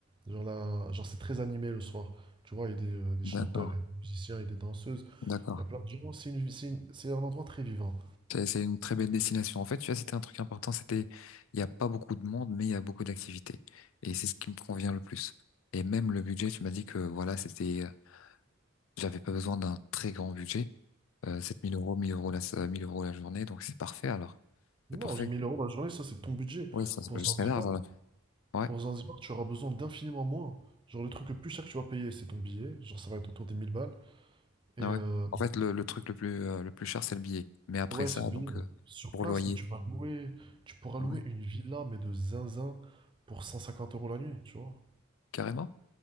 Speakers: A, on the right; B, on the left.
A: Genre, là, genre c'est très animé le soir. Tu vois, il y a des, euh, des
B: D'accord.
A: chanteurs, il y a des musiciens, il y a des danseuses.
B: D'accord.
A: Il y a plein de gens. C'est une- c'est une- c'est un endroit très vivant.
B: C'est c'est une très belle destination. En fait, tu as cité un truc important, c'était il n'y a pas beaucoup de monde, mais il y a beaucoup d'activités. Et c'est ce qui me convient le plus. Et même le budget, tu m'as dit que voilà, c'était euh, J'avais pas besoin d'un très grand budget. Euh, 7000 euros, 1000 euros la, euh, 1000 euros la journée, donc c'est parfait alors. C'est
A: Non,
B: parfait.
A: j'ai 1000 euros la journée, ça c'est ton budget.
B: Oui, ça,
A: Pour
B: je
A: Zanzibar,
B: serais large alors. Ouais,
A: pour Zanzibar, tu auras besoin d'infiniment moins. Genre le truc le plus cher que tu vas payer, c'est ton billet. Genre ça va être autour des 1000 balles. Et
B: ah
A: euh,
B: ouais. En fait, le, le truc le plus, euh, le plus cher, c'est le billet. Mais après
A: ouais,
B: ça,
A: ce billet,
B: donc, euh,
A: sur
B: pour
A: place,
B: loyer.
A: mais tu vas louer, tu pourras
B: Ah
A: louer
B: ouais,
A: une villa, mais de zinzin, pour 150 euros la nuit, tu vois.
B: Carrément?